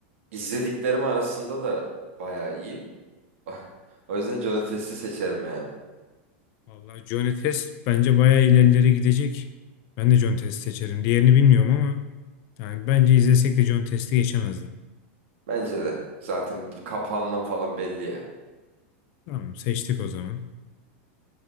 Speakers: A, on the right; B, on the left.
A: izlediklerim arasında da bayağı iyi. <laughs> O yüzden Johnny Test'i seçerim yani.
B: Vallahi Johnny Test bence bayağı ilerilere gidecek. Ben de Johnny Test seçerim. Diğerini bilmiyorum ama yani bence izlesek de Johnny Test'i geçemezdi.
A: Bence de. Zaten kapağından falan belli ya.
B: Tamam seçtik o zaman.